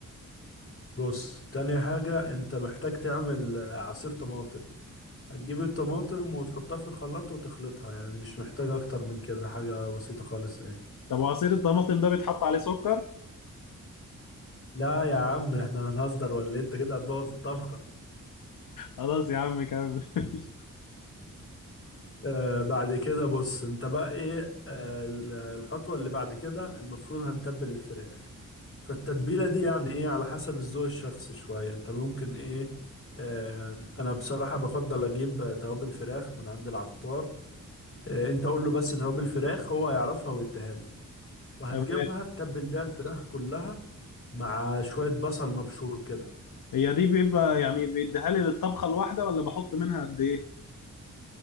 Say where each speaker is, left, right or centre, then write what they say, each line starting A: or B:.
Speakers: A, on the left; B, on the left.
A: بص تاني حاجة انت محتاج تعمل آه، عصير طماطم هتجيب الطماطم وتحطها في الخلاط وتخلطها يعني مش محتاج اكتر من كده حاجة بسيطة خالص اهي
B: طب وعصير الطماطم ده بيتحط عليه سكر
A: لا يا عم احنا هنهزر ولا إيه؟ انت كده هتبوظ الطبخة
B: خلاص يا عم كمل <laughs>
A: آه بعد كده بص انت بقى ايه آه ال- الخطوة اللي بعد كده المفروض هنتبل الفراخ فالتتبيلة دي يعني ايه على حسب الذوق الشخصي شوية انت ممكن ايه آه انا بصراحة بفضل اجيب آه، توابل فراخ من عند العطار آه انت قول له بس توابل فراخ هو هيعرفها ويديها لك وهتجيبها
B: تمام
A: تتبل بيها الفراخ كلها مع شوية بصل مبشور كده
B: هي دي بيبقى يعني بيديها لي للطبخة الواحدة ولا بحط منها قد ايه